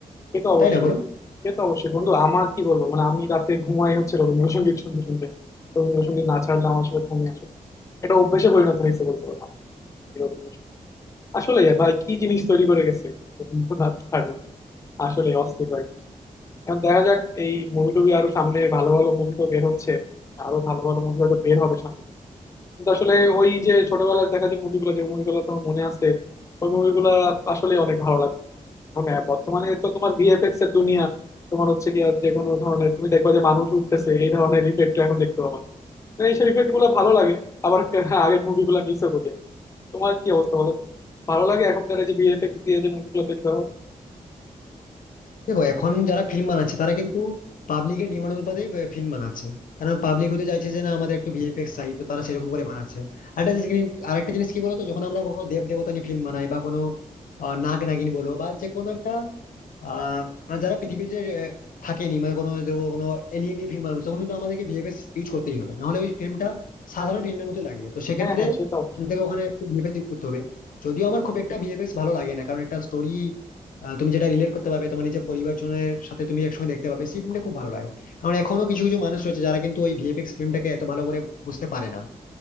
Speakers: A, on the left (about 20°); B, on the left (about 80°).
A: সে তো অবশ্যই
B: তাই না বলো
A: সে তো অবশ্যই বন্ধু আমার কি বলবো মানে আমি রাতে ঘুমাই হচ্ছে রবীন্দ্রসঙ্গীত শুনতে শুনতে রবীন্দ্রসঙ্গীত না ছাড়লে আমার আসলে ঘুমিয়ে আসে এটা অভ্যেসে পরিণত হয়েছে বলতে পারো আমার, এই রবীন্দ্রসঙ্গীত আসলে ভাই কি জিনিস তৈরি করে গেছে রবীন্দ্রনাথ ঠাকুর আসলে অস্থির ভাই এখন দেখা যাক এই মুভি টুভি আরো সামনে ভালো ভালো মুভি তো বের হচ্ছে আরো ভালো ভালো মুভি হয়তো বের হবে সামনে কিন্তু আসলে ওই যে ছোটবেলায় দেখা যে মুভিগুলো যে মুভিগুলো তোমার মনে আছে ওই মুভিগুলো আসলে অনেক ভালো লাগে এখন হ্যাঁ, বর্তমানে তো তোমার ভিএফএক্স এর দুনিয়া তোমার হচ্ছে কি যে কোনো ধরনের তুমি দেখবা যে মানুষ উঠতেছে এই ধরনের ইফেক্ট এখন দেখতে পাবা মানে এইসব ইফেক্ট গুলো ভালো লাগে আবার আগের মুভিগুলো মিসও করি আমি। তোমার কি অবস্থা বলো তো ভালো লাগে এখনকার এই যে ভিএফএক্স দিয়ে যে মুভিগুলো তৈরি করা হয়
B: দেখো এখন যারা ফিল্ম বানাচ্ছে তারা কিন্তু পাবলিকের ডিমান্ড অনুপাতে ফিল্ম বানাচ্ছে কারণ পাবলিক হতে চাইছে যে না আমাদের একটু ভিএফএক্স চাই তো তারা সেরকম করে বানাচ্ছে আরেকটা জিনিস কি- আরেকটা জিনিস কি বলতো যখন আমরা কোনো দেব দেবতা নিয়ে ফিল্ম বানাই বা কোনো আহ, নাগ নাগিন বলো বা যে কোনো একটা আহ মানে যারা পৃথিবীর যে আহ, থাকেনি মানে কোনো ধরো কোনো এলিয়েনই ফিল্ম বানাবে তখন কিন্তু আমাদেরকে ভিএফএক্স ইউজ করতেই হবে নাহলে ওই ফিল্মটা সাধারণ ফিল্মের মতো লাগবে তো সেক্ষেত্রে
A: হ্যাঁ হ্যাঁ সে তো অবশ্যই।
B: আমাদেরকে ওখানে ভিএফএক্স ইউজ করতে হবে যদিও আমার খুব একটা ভিএফএক্স ভালো লাগে না কারণ একটা স্টোরি তুমি যেটা রিলেট করতে পারবে তোমার নিজের পরিবারজনের সাথে তুমি একসঙ্গে দেখতে পাবে সেই ফিল্মটা খুব ভালো লাগে কারণ এখনো কিছু কিছু মানুষ রয়েছে যারা কিন্তু ওই ভিএফএক্স ফিল্মটাকে এত ভালো করে বুঝতে পারে না